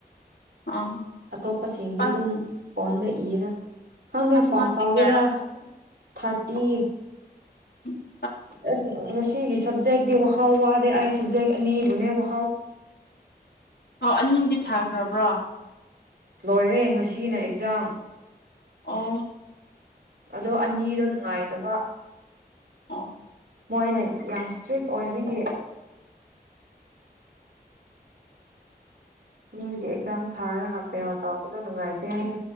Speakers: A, on the left; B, on the right.
A: ꯑꯥ
B: ꯑꯇꯣꯞꯄꯁꯤꯡꯗꯤ
A: ꯄꯥ
B: ꯑꯗꯨꯝ ꯑꯣꯟꯗ ꯏꯌꯦꯒ ꯀꯪꯗꯦ ꯄꯥꯁ
A: ꯃꯥꯔꯛꯇꯤ
B: ꯇꯧꯒꯦꯔꯥ
A: ꯀꯌꯥꯔꯥ
B: ꯊꯥꯔꯇꯤ
A: ꯎꯝ
B: ꯑꯁ ꯏꯁ ꯁꯤꯒꯤ ꯁꯕꯖꯦꯛꯇꯤ ꯋꯔ ꯋꯥꯗꯦ ꯑꯩ ꯁꯕꯖꯦꯛ ꯑꯅꯤꯕꯨꯅꯦ ꯋꯥ
A: ꯑꯣ ꯑꯅꯤꯗꯤ ꯊꯥꯈ꯭ꯔꯕ꯭ꯔꯣ
B: ꯂꯣꯏꯔꯦ ꯉꯁꯤꯅ ꯑꯦꯛꯖꯥꯝ
A: ꯑꯣ
B: ꯑꯗꯣ ꯑꯅꯤꯗꯣ ꯅꯨꯡꯉꯥꯏꯇꯕ
A: ꯑꯣ
B: ꯃꯣꯏꯅ ꯌꯥꯝ ꯏꯁꯇ꯭ꯔꯤꯛ ꯑꯣꯏꯕꯤꯒꯤ ꯃꯤꯒꯤ ꯑꯦꯛꯖꯥꯝ ꯊꯥꯔꯒ ꯐꯦꯜ ꯇꯧ ꯑꯗꯨ ꯅꯨꯡꯉꯥꯏꯇꯦꯍꯩ